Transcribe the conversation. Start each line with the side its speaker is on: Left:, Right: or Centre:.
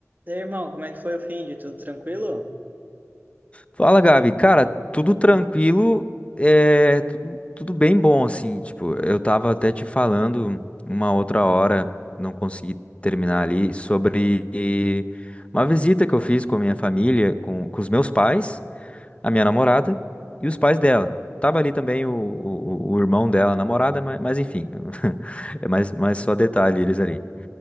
Right: E aí, irmão, como é que foi o fim de tudo tranquilo?
Left: Fala, Gabi. Cara, tudo tranquilo, é tudo, tudo bem bom, assim. Tipo, eu tava até te falando uma outra hora, não consegui terminar ali, sobre uma visita que eu fiz com a minha família, com, com os meus pais, a minha namorada e os pais dela. Tava ali também o, o, o o irmão dela, a namorada, mas, mas enfim, <laughs> é mais, mais
Right: Uhum,
Left: só detalhe eles ali.